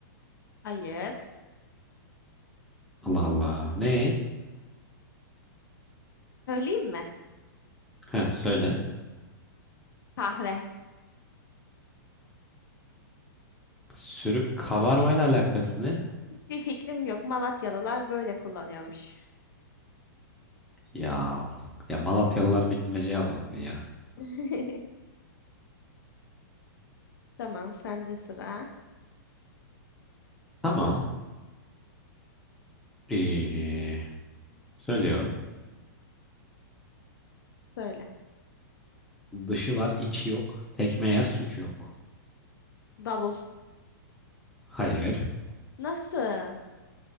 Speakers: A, on the left; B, in the centre.
A: Hayır.
B: Allah Allah. Ne?
A: Söyleyeyim mi?
B: Ha, söyle.
A: Kahve.
B: Sürüp kabarmayla alakası ne?
A: Hiçbir fikrim yok. Malatyalılar böyle kullanıyormuş.
B: Ya ya Malatyalılar bilmece yazmasın ya.
A: <laughs> Tamam, sende sıra.
B: Tamam. Ee, Söylüyorum.
A: Söyle.
B: Dışı var, içi yok. Tekme yer, suçu yok.
A: Davul.
B: Hayır,
A: Nasıl?